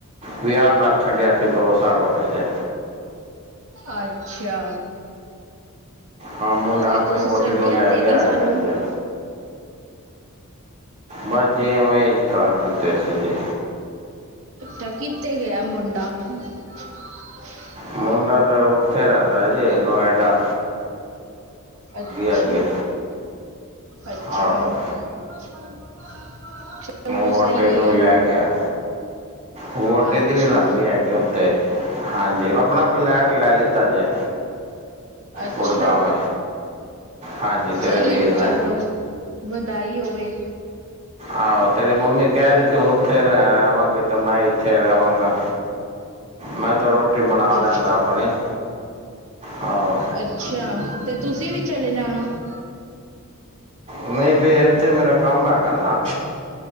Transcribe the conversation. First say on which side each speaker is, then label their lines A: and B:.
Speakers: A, on the right; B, on the right.
A: ਵਿਆਹ ਕਰ ਛੱਡਿਆ ਸੀ ਦੋ ਸਾਲ ਹੋ ਗੇ ਜੇ।
B: ਅੱਛਾ।
A: ਹਾਂ ਮੁੰਡਾ
B: ਤੇ
A: ਆਪਣੀ
B: ਤੁਸੀਂ ਸਡੇਆ
A: ਵੋਟੀ ਨੂੰ ਲੈ
B: ਤੇ
A: ਗਿਆ
B: ਨੀ ਸਾਨੂੰ।
A: ਹੈਗਾ ਜੀ ਬਸ ਜੀ ਐਵੇਂ ਈ ਕਰ ਦਿੱਤੇ ਸੀ ਜੀ।
B: ਤਾਂ ਕੀਤੇ ਗਯਾ ਮੁੰਡਾ? <unintelligible>
A: ਮੁੰਡਾ ਤਾਂ ਓਥੇ ਰੈਂਦੈ ਜੀ ਨੋਏਡਾ।
B: ਅੱਛਾ,
A: ਹੈਗੀ
B: ਅੱਛਾ।
A: ਆਹੋ
B: <unintelligible>
A: ਵੋਟੀ
B: ਸਹੀ
A: ਨੂੰ
B: ਏ
A: ਵੀ ਲੈ ਗਯਾ, ਵੋਟੀ
B: ਅੱਛਾ
A: ਦੀ ਵੀ ਲੱਗ ਗੀ ਹੈਗ ਗੀ ਓਥੇ, ਹਾਂਜੀ ਆਪਣਾ ਫਲੈਟ ਲੈ ਲੀਤਾ ਜੇ।
B: ਅੱਛਾ।
A: ਗੁੜਗਾਵੇਂ ਹਾਂਜੀ ਤੇਰੇ
B: ਸਈ
A: ਵੀਰ
B: ਏ ਚੱਲੋ
A: ਨੇ
B: ਵਦਾਈ ਹੋਵੇ।
A: ਆਹੋ ਤੇਰੀ ਮੰਮੀ ਕੈ ਰੀ ਸੀ ਹੁਨ ਉੱਥੇ ਰੈ ਰੈਵਾਂਗੀ। ਤੇ ਮੈਂ ਇੱਥੇ ਰਵਾਂਗਾ ਮੈਂ ਤੇ ਰੋਟੀ ਬਣਾ ਲੈਂਦਾ
B: ਅ-
A: ਆਪਣੀ। ਹਾਂ।
B: ਅੱਛਾ ਤੇ ਤੁਸੀਂ ਵੀ ਚਲੇ ਜਾਣਾ।
A: ਨਈ ਫੇਰ ਏਥੇ ਮੇਰਾ ਕੰਮ ਹੈਗਾ ਨਾ।